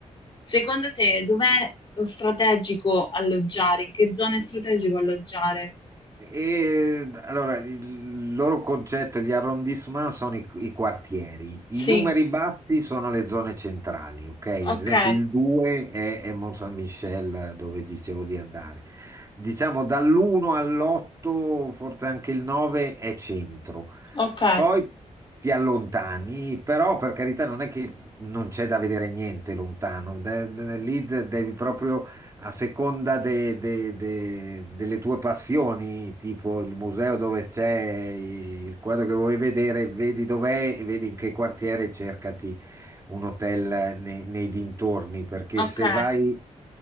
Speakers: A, on the left (about 40°); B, on the right (about 25°).
A: secondo te dov'è lo strategico alloggiare? In che zona è strategico alloggiare?
B: E allora il loro concetto, gli arrondissement sono i, i quartieri, i
A: Sì,
B: numeri bassi sono le zone centrali, ok? Ad
A: ok,
B: esempio il 2 è, è Mont-Saint-Michel dove dicevo di andare. Diciamo dall'1 all'8, forse anche il 9 è centro.
A: ok,
B: Poi ti allontani, però per carità non è che non c'è da vedere niente lontano, De- de- lì de- devi proprio a seconda de- de- de- delle tue passioni, tipo il museo dove c'è il quadro che vuoi vedere, vedi dov'è, e vedi in che quartiere, cercati un hotel nei, nei dintorni, perché
A: ok.
B: se vai